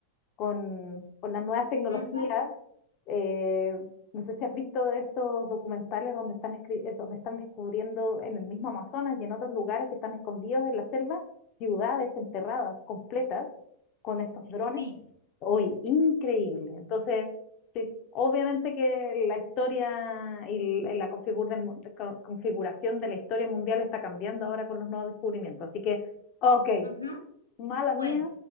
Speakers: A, on the left; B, on the left.
A: con, con las nuevas tecnologías.
B: Ujú,
A: eh, no sé si has visto estos documentales donde están, escri- eh, donde están descubriendo en el mismo Amazonas y en otros lugares que están escondidos en la selva, ciudades enterradas completas con estos drones.
B: Sí.
A: Hoy, increíble. Entonces, sí, obviamente que la historia y l- la configur- del mu- de co- configuración de la historia mundial está cambiando ahora con los nuevos descubrimientos. Así que, ok,
B: ujú.
A: Mala mía,
B: Bueno.